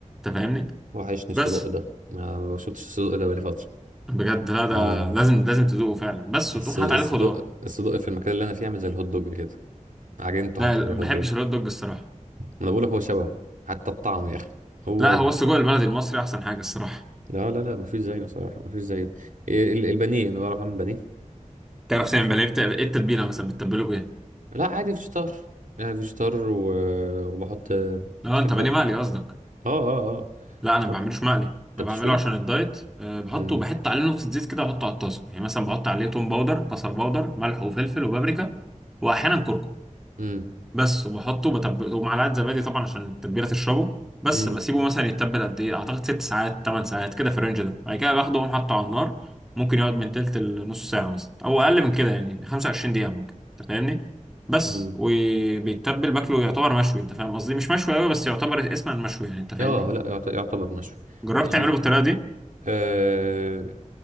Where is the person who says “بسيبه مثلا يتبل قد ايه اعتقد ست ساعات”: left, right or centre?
Centre